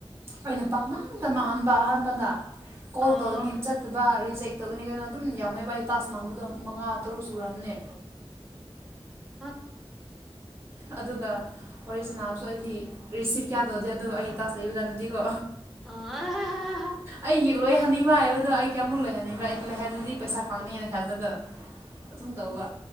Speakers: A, on the right (about 25°); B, in the centre.
A: ꯑꯩꯅ ꯄꯥꯛꯃꯥꯡꯗ ꯃꯥꯡꯍꯟꯕ ꯑꯍꯥꯟꯕꯗ ꯀꯣꯜ
B: ꯑꯣ
A: ꯇꯣꯅꯤ ꯆꯠ ꯔ ꯆ ꯍꯛꯇꯒꯅꯤ ꯀꯩꯅꯣ ꯑꯗꯨꯝ ꯌꯥꯝꯃꯦꯕ ꯑꯩ ꯇꯥꯁ ꯃꯥꯡꯕꯗꯣ ꯃꯉꯥ ꯇꯔꯨꯛ ꯁꯨꯨꯔꯔꯕꯅꯦ
B: ꯑ
A: ꯑꯗꯨꯒ ꯍꯣꯔꯦꯁꯅꯥꯕꯁꯨ ꯑꯩꯗꯤ ꯔꯤꯁꯤꯞ ꯀꯌꯥꯗꯧꯗꯦ ꯑꯗꯣ ꯑꯩꯒꯤ ꯇꯥꯁ ꯂꯩꯕ ꯀꯥꯟꯗꯗꯤꯀꯣ
B: ꯑꯥ
A: ꯑꯩꯒꯤ ꯂꯣꯏ ꯍꯅꯤꯡꯕ ꯍꯥꯏꯕ ꯑꯗꯣ ꯑꯩ ꯀꯌꯥꯃꯨꯛ ꯂꯣꯏꯍꯟꯅꯤꯡꯕ꯭ꯔꯥ ꯑꯩ ꯂꯣꯏꯍꯜꯂꯗꯤ ꯄꯩꯁꯥ ꯐꯪꯅꯤꯅ ꯈꯟꯕꯗꯣ ꯑꯗꯨꯨꯝ ꯇꯧꯕ